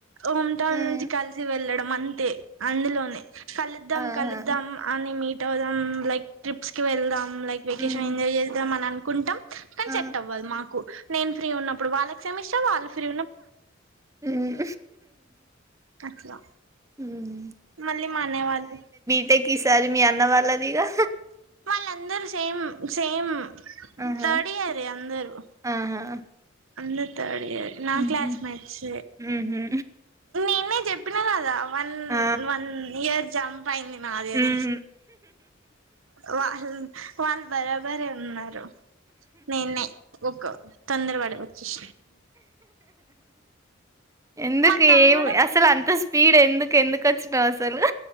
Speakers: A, on the right (about 80°); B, on the right (about 15°).
A: హోమ్ టౌన్
B: హ్మ్
A: నుంచి కలిసి వెళ్ళడం మంతే అందులోనే కలుద్దాం
B: ఆహా!
A: కలుద్దాం అని మీ ట్ దాం లైక్ ట్రిప్స్ కి వెళ్దాం లైక్ వెకేషన్
B: హ్మ్.
A: ఎంజాయ్ జేదం మన కుంటం కానీ
B: ఆ!
A: చెట్ అవ్వాలి మాకు నేను ఫ్రీ ఉన్నప్పుడు వాళ్ళక్ సెమిస్టర్ వాల్ ఫ్రై
B: హ్మ్.
A: అట్లా
B: హ్మ్.
A: మళ్ళీ మానేవాళ్ళు
B: అంటేకిసారి మీ అనా వాళ్ దగా
A: వాళ్ళందరు సేమ సేమ్
B: ఆహా!
A: తడియరే అందరు
B: ఆహా!
A: అందర్ నా
B: హుహు.
A: క్లాస్మట్స్
B: హుహు.
A: ఏ చెప్పినా కదా వన్
B: ఆ!
A: వన్ ఇయర్ జంప్ అయింది నాదేద
B: హ్మ్.
A: వా వాళ్ళు బరాబరే ఉన్నారు నేనే ఒ తొందరపడకు స
B: ఎందుకు
A: మా తమ్ముడు
B: ఏమి అసలు అంత స్పీడ్ ఎందుకు ఎందుకు వచ్చినావు అసలు